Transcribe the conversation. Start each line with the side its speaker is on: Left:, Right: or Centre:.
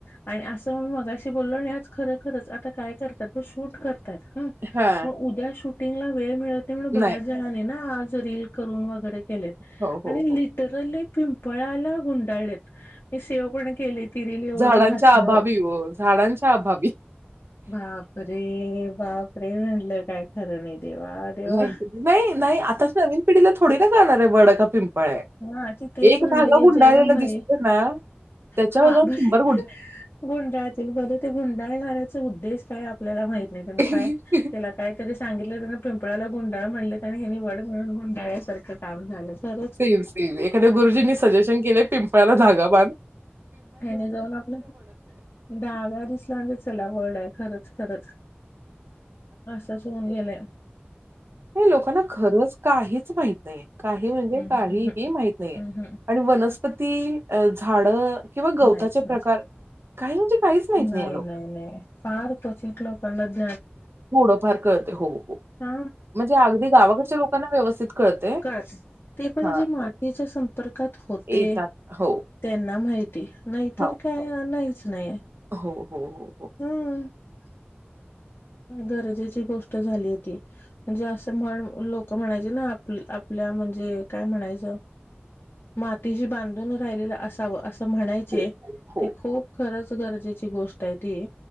Left: आणि असं मगाशी बोललो आणि आज खर खरच आता काय करतात बघ शूट कर त्यात
Right: हा
Left: मग उद्या शूटिंगला वेळ मि बऱ्याच
Right: नाही
Left: जणांनी नि आज रील करून वगैरे केले
Right: हो हो
Left: आणि
Right: हो.
Left: लिटरली पिंपळाला गुंडालेत. मी सेव पण केले तिरीले एवढं
Right: झाडांच्या
Left: हसलो.
Right: अभावी हो झाडांच्या अभावी
Left: बापरे बापरे म्हणलं काय खरं नाही. देवा देवा
Right: नाहीत नाही नाही आताच नवीन पिढीला थोडी ना कळणार आहे वड का पिंपळ आहे.
Left: हा तेंच
Right: एक
Left: म्हणली
Right: धागा
Left: हे
Right: गुंडाळलेला
Left: जेला माहित.
Right: दिसतोय ना त्याच्यावर
Left: हा
Right: जाऊन
Left: बर
Right: शंभर
Left: गुंडाळतील बर ते गुंडाळणार आहेत. तर उद्देश काय आपल्याला माहित नाही
Right: गुंडाळतील.
Left: तिने काय त्याला काहीतरी सांगितलं जातं की पिंपळाला गुंडाळलं. म्हणल्यात आणि ही नि वड म्हणून गुंडाळसारखं काम झालं ख
Right: सेम सेम एखा्या गुरुजींनी सजेशन केले पिंपळ्याला धागा बन.
Left: त्याने जाऊन आपला धागा दिसला म्हजे चला वड आहे, खरंच. खरंच असच होऊन गेले.
Right: हे लोकांना खरंच काहीच माहित नाही काही म्हणजे
Left: हम्म
Right: काय. काहीही
Left: हम्म
Right: माहित नाहीये
Left: हम्म
Right: आणि वनस्पती झाड. किंवा गवताचे
Left: नाहीच नाहीच
Right: प्रकार. काही म्हणजे काहीच माहित
Left: नाही
Right: लोकांना
Left: नाही नाही फार तो क्वचित लोकांना च.
Right: थोडफार कळते हो हो
Left: हा
Right: म्हणजे अगदी गावाकडच्या लोकांना व्यवस्थित. कळते
Left: कळत ते पण
Right: हा
Left: जे मातीच्या संपर्कात होते,
Right: येतात हो
Left: त्यांना माहिती. नाहीतर
Right: हो
Left: काय नाहीच नाही.
Right: हो हो हो.
Left: हम्म. <unintelligible> गरजेची गोष्ट झाली होती, म्हणजे अस म्हण लोक म्हणायचे ना आप आप म्हणजे काय म्हणायच मातीशी बांधून राहिले असावं.. म्हणायचे
Right: हो हो हो
Left: ते खूप खरंच गरजेची गोष्ट आहे ती..